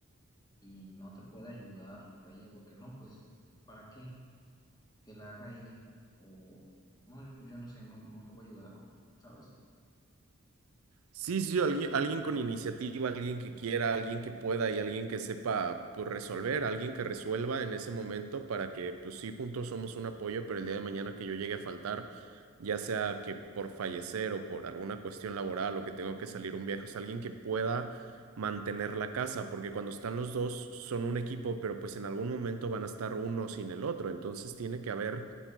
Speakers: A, on the left; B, on the right.
A: y no te puede ayudar ella, porque no, pues, ¿para qué? Que la haga ella, o, no, pues yo no sé, no, no te voy a ayudar, o, ¿sabes?
B: Sí, sí, alguien, alguien con iniciativa, alguien que quiera, alguien que pueda y alguien que sepa pues, resolver, alguien que resuelva en ese momento para que, pues sí, juntos somos un apoyo, pero el día de mañana que yo llegue a faltar, ya sea que por fallecer o por alguna cuestión laboral o que tengo que salir un viaje, o sea, alguien que pueda mantener la casa, porque cuando están los dos son un equipo, pero pues en algún momento van a estar uno sin el otro, entonces tiene que haber